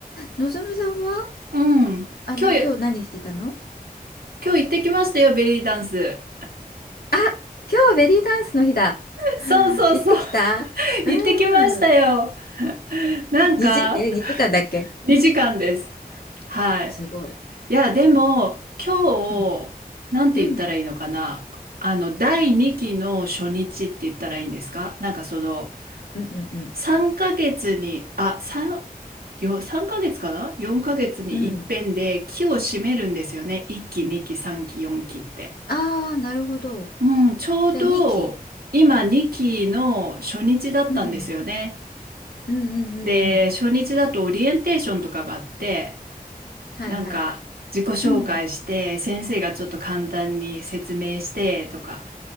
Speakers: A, on the left (about 75°); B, on the right (about 75°).
A: のぞみさんは、
B: うん。
A: あの、
B: 今日、
A: 今日何してたの
B: 今日行ってきましたよ、ベリーダンス。
A: あ、今日ベリーダンスの日だ。<laughs>
B: そうそうそう。
A: 行ってきたう
B: 行ってきましたよ。
A: ん。
B: なんか、
A: 2時、え、2時間だっけ
B: 2時間です。はい。
A: すごい。
B: いや、でも、今日、
A: うん。
B: なんて言ったらいいのかな。
A: うん。
B: あの、第2期の初日って言ったらいいんですかなんかその、
A: うんうんうん。
B: 3ヶ月に、あ、3、よ、3ヶ月かな ?4 ヶ月に一遍で期を締めるんですよね。
A: うん。
B: 1期、2期、3期、4期って。
A: ああ、なるほど。
B: うん、ちょうど、
A: じゃあ2期。
B: 今2期の初日だったんですよね。
A: うん。うんうんうんうん。
B: で、初日だとオリエンテーションとかがあって、
A: はいはい。
B: なんか自己紹介して、
A: うん。
B: 先生がちょっと簡単に説明してとか、